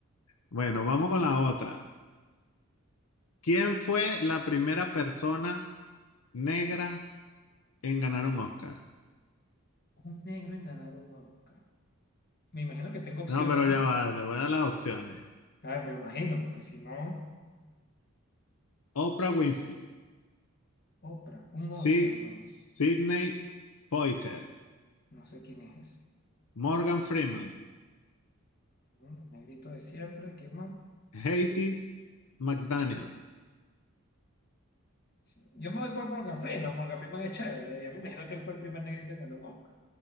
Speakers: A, on the left; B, on the left.
A: Bueno, vamos con la otra. ¿Quién fue la primera persona negra en ganar un Oscar?
B: Un negro en ganar un Oscar. Me imagino que tengo opciones,
A: No, pero
B: ¿no?
A: ya va, te voy a dar las opciones.
B: Ah, me imagino, porque si no.
A: Oprah Winfrey.
B: Oprah, un
A: Sig-
B: Oscar, no,
A: Sidney Poitier,
B: no sé quién es ese.
A: Morgan Freeman,
B: Mm, Negrito de siempre, ¿quién más?
A: Haiti McDaniel.
B: Sí, Yo me voy por Morgan Freeman, Morgan Freeman es chévere, yo me imagino que él fue el primer negrito en ganar un Oscar.